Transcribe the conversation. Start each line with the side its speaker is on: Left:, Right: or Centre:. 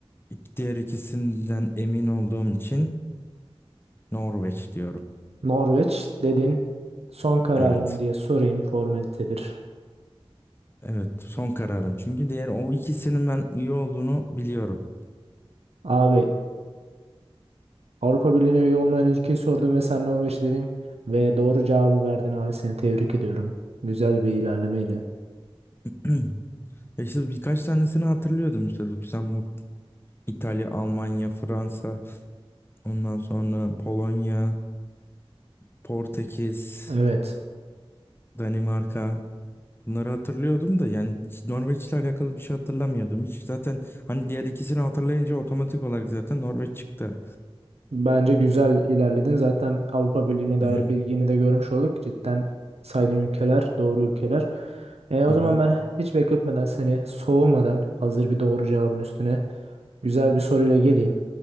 Left: ik- diğer ikisinden emin olduğum için Norveç diyorum.
Right: Norveç dedin. Son kararımı
Left: Evet.
Right: diye sorayım formalitedir.
Left: Evet, son kararım. Çünkü diğer o ikisinin ben iyi olduğunu biliyorum.
Right: Abi Avrupa Birliği'ne üye olmayan ülkeyi sordum ve sen Norveç dedin. Ve doğru cevabı verdin abi seni tebrik ediyorum. Güzel bir ilerlemeyle.
Left: <clears throat> E İşte birkaç tanesini hatırlıyordum. İşte Lüksemburg, İtalya, Almanya, Fransa, ondan sonra Polonya, Portekiz,
Right: Evet.
Left: Danimarka. Bunları hatırlıyordum da yani Norveç'le alakalı bir şey hatırlamıyordum hiç. Zaten hani diğer ikisini hatırlayınca otomatik olarak zaten Norveç çıktı.
Right: Bence güzel ilerledin. Zaten Avrupa Birliği'ne dair
Left: Hı hı,
Right: bilgini de görmüş olduk. Cidden saydığın ülkeler, doğru ülkeler. E, o
Left: hı hı.
Right: zaman ben hiç bekletmeden seni soğumadan hazır bir doğru cevabın üstüne güzel bir soruyla geleyim.